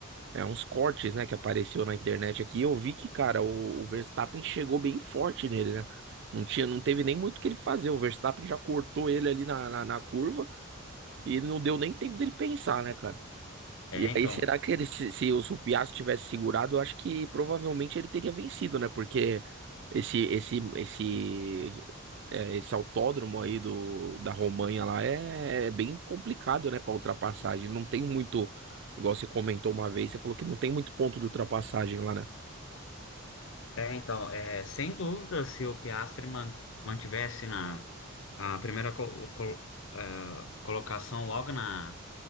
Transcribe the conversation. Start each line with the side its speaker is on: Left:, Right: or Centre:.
Right: é, uns cortes, né, que apareceu na internet aqui, eu vi que, cara, o, o Verstappen chegou bem forte nele, né? Não tinha, não teve nem muito o que ele fazer. O Verstappen já cortou ele ali na, na, na curva e não deu nem tempo dele pensar, né, cara?
Left: É,
Right: E
Left: então.
Right: aí, será que ele, se, se o Supiato tivesse segurado, eu acho que provavelmente ele teria vencido, né? Porque esse esse esse é, esse autódromo aí do, da Romanha lá é, é bem complicado, né, para ultrapassagem. Não tem muito, igual você comentou uma vez, você falou que não tem muito ponto de ultrapassagem lá, né?
Left: É, então. É, sem dúvida, se o Piastri man- mantivesse na a primeira col- col- é, colocação logo na